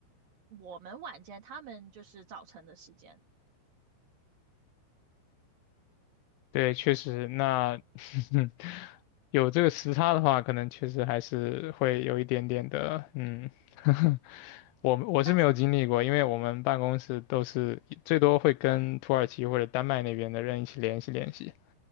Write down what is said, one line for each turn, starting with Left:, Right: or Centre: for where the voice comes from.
Right: 我们晚间，他们就是早晨的时间。
Left: 对，确实，那 <laughs> 有这个时差的话，可能确实还是会有一点点的，嗯，<laughs> 我我是没有经历过，
Right: 但
Left: 因为我们办公室都是最多会跟土耳其或者丹麦那边的人一起联系联系。